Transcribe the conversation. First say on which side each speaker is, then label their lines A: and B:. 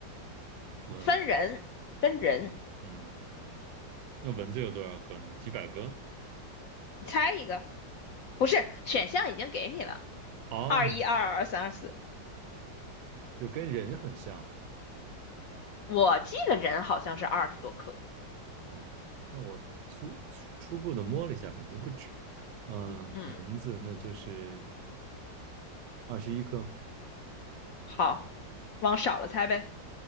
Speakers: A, on the right (about 75°); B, on the left (about 65°).
A: 嗯
B: 分人，分人，
A: 嗯嗯，那蚊子有多少个呢？几百个？
B: 你猜一个，不是，选项已经给你了，
A: 哦，
B: 二一、二二、二三、二四。
A: 就跟人很像。
B: 我记得人好像是二十多颗。
A: OK，那我初初初步的摸了一下，感觉不止。嗯、
B: 嗯，
A: 蚊子那就是二十一颗。
B: 好，往少了猜呗。